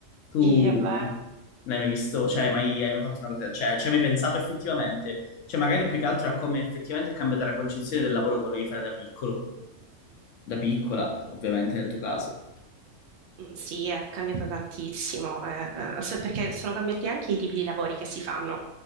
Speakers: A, on the left; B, on the right.
A: Tu
B: Sì, è vero.
A: l'hai mai visto? Cioè, hai mai, hai mai fatto una cosa? Cioè, ci hai mai pensato effettivamente? Cioè, magari più che altro a come effettivamente è cambiata la concezione del lavoro che volevi fare da piccolo, da piccola, ovviamente nel tuo caso.
B: Mm, Sì, è cambiato tantissimo, eh, eh, se- perché sono cambiati anche i tipi di lavori che si fanno.